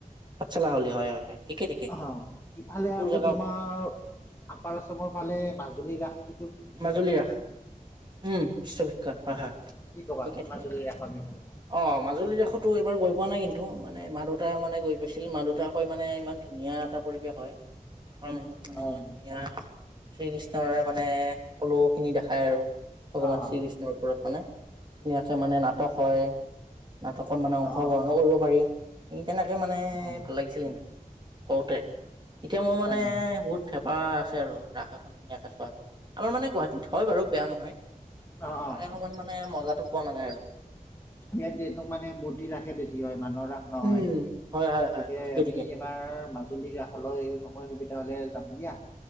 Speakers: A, on the right; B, on the left.
A: পাতসালা হাউলী হয়, হয়। ঠিকে ঠিকে
B: অ' শইফালে
A: এইবোৰ
B: আকৌ
A: জেগা
B: তোমাৰ আপাৰচৰ ফালে মাজুলী ৰাস টোতো বিশ্ববিখ্যাত।
A: মাজুলী ৰাস উম বিশ্ববিখ্যাত হয়
B: অ'
A: হয়
B: কি কবা
A: ঠিকে ঠিকে
B: মাজুলীৰ ৰাখৰ বিষয়ে।
A: অ' মাজুলীৰ দসো এইবাৰ গৈ পোৱা নাই কিন্তু মানে মা-দেউতা মানে গৈ পাইছিল মা-দেউতাক কয় মানে ইমান ধুনীয়া এটা পৰিৱেশ হয় ধ মানে
B: হয়
A: ইমান ধুনীয়া শ্ৰীকৃষ্ণৰে মানে সকলো খিনি দেখাই আৰু। ভগৱান
B: অঁ
A: শ্ৰীকৃষ্ণৰ ওপৰত মানে ধুনীয়াকে মানে নাটক হয়। নাটকত মানে অংশগ্ৰহণো
B: অঁ
A: কৰিব পাৰি ই তেনেকে মানে
B: অঁ
A: ভাল লাগিছিলে কিন্তু। কৰওতে এতিয়া মোৰ
B: হয়
A: মানে
B: হয় হয়
A: বহুত থেপা আছে আৰু ৰাস এখন ধুনীয়াকে চোৱা। আমাৰ মানে গুৱাহাটীত হয় বাৰু বেয়া নহয়
B: অঁ অঁ
A: তাৰে অকমান মানে মজাটো পোৱা নাযায় আৰু।
B: ই ইয়াত যিহেতু মানে মূৰ্তি ৰাসে বেছি হয় মানুহৰ ৰাস নহয়
A: উম হয় হয়
B: গতিকে
A: হয় ঠিকে
B: আমি
A: ঠিকে
B: তাৰ মাজুলীৰ ৰাসলৈ সময় সুবিধা হলে যাম দিয়া।